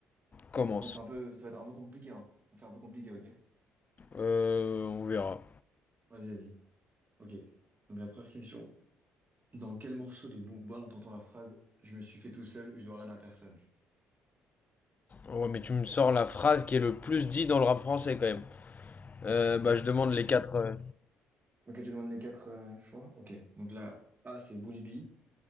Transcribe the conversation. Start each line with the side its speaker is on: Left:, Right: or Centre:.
Left: Commence.
Right: Bon, c'est un peu, ça va être un peu compliqué, hein. On fait un peu compliqué, ok?
Left: Euh, on verra.
Right: Vas-y, vas-y. Ok. Donc, la première question. Dans quel morceau de Booba entend-on la phrase Je me suis fait tout seul, je dois rien à personne?
Left: Ouais, mais tu me sors la phrase qui est le plus dit dans le rap français quand même. Euh, bah je demande les quatre. euh,
Right: Ok, tu demandes les quatre euh, choix? Ok. Donc, là, A, c'est Bulbi.